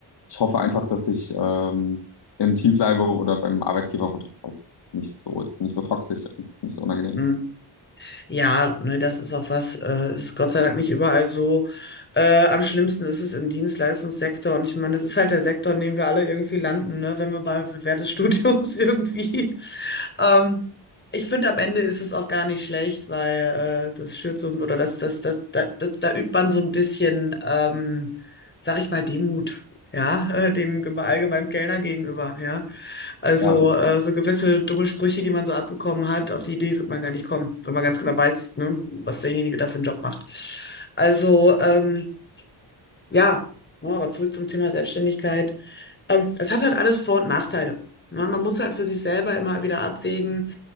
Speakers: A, on the left; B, on the left.
A: ich hoffe einfach, dass ich ähm, im Team bleibe oder beim Arbeitgeber, wo das halt nicht so ist, nicht so toxisch und nicht so unangenehm.
B: hm. Ja, ne, das ist auch was, äh, ist Gott sei Dank nicht überall so. Äh, am schlimmsten ist es im Dienstleistungssektor. Und ich meine, das ist halt der Sektor, in dem wir alle irgendwie landen, ne, wenn wir bei während des Studiums <laughs> irgendwie. Ähm, ich finde, am Ende ist es auch gar nicht schlecht, weil äh, das schürt so, oder das, das, das, da, das, da übt man so ein bisschen, ähm, sag ich mal, Demut, ja, <laughs> äh, dem geme- allgemeinen Kellner gegenüber, ja. Also
A: Ja, das,
B: äh, so gewisse dumme Sprüche, die man so abbekommen hat, auf die Idee wird man gar nicht kommen, wenn man ganz genau weiß, ne, was derjenige da für einen Job macht. Also ähm, ja, ja, aber zurück zum Thema Selbstständigkeit. Ähm, es hat halt alles Vor- und Nachteile. Ne? Man muss halt für sich selber immer wieder abwägen,